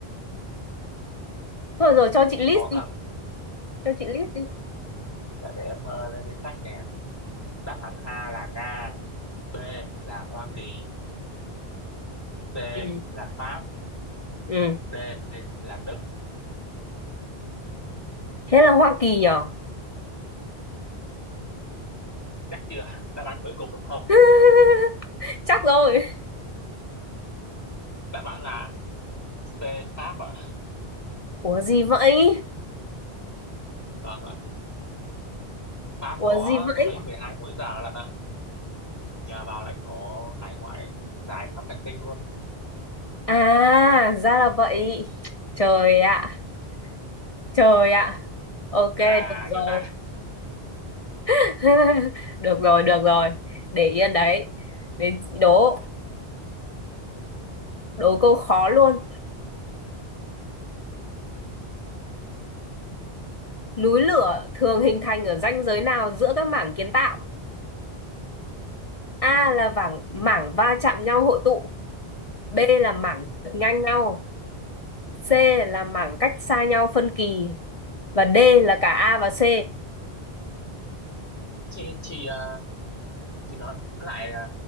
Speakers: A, on the left; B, on the left.
A: Thôi rồi cho chị
B: chị
A: list
B: có
A: đi,
B: cần
A: cho chị list đi.
B: dạ để em ờ, lên danh sách nè đáp án A là Nga B là Hoa Kỳ C
A: Ừ.
B: là Pháp
A: Ừ.
B: D là Đức
A: Thế là Hoa Kỳ nhở?
B: chắc chưa đáp án cuối cùng đúng không
A: <laughs> Chắc rồi.
B: đáp án là C Pháp ạ
A: Ủa gì
B: Ừ,
A: vậy?
B: vâng ạ Pháp
A: Ủa
B: có
A: gì vậy?
B: tới 12 múi giờ lận ạ nhờ vào lãnh thổ hải ngoại dài khắp hành tinh luôn
A: À, ra là vậy. Trời ạ, trời ạ. Ok,
B: thế là
A: được rồi.
B: nhiều ta
A: <laughs> Được rồi, được rồi. Để yên đấy. Đến chị đố, đố câu khó luôn. Núi lửa thường hình thành ở ranh giới nào giữa các mảng kiến tạo? A là mảng mảng va chạm nhau hội tụ, B là mảng trượt ngang nhau, C là mảng cách xa nhau phân kỳ và D là cả A và C.
B: chị chị ờ, chị nói lại ờ,